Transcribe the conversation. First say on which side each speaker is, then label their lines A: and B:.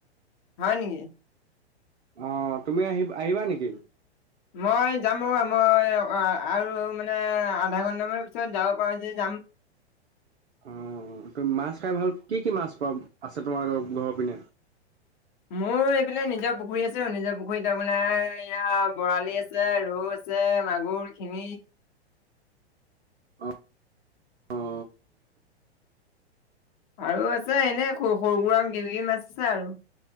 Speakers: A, on the left; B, on the right.
A: হয় নেকি
B: অ তুমি আহি আহিবা নেকি
A: মই যাম ব মই আৰু মানে আধা ঘণ্টামানৰ পিছত যাব পাৰোঁ যদি যাম
B: অ তমি মাছ খাই ভাল কি কি মাছ প আছে তোমাৰ ঘৰৰ পিনে
A: মোৰ এইফালে নিজৰ পুখুৰী আছেো নিজৰ পুখুৰীত আপোনাৰ ইয়া বৰালি আছে ৰৌ আ আছে মাগুৰ শিঙি
B: অ অ
A: আৰু আছে এনেৰু সৰুবুৰা দেউী মাছ আছে আৰু